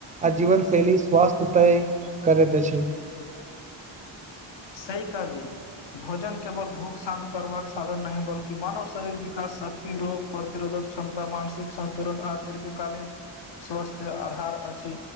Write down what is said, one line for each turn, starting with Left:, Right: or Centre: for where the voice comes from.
Right: आ जीवनशैली स्वस्थ्य तय करै त अछी
Left: सही कहलियै भोजन केवल भूख शान्त करबाक साधन नहि बल्कि मानव शरीर विकास शक्ति रोग प्रतिरोधक क्षमता मानसिक सन्तुलन आ दीर्घकालीन स्वस्थ आधार अछि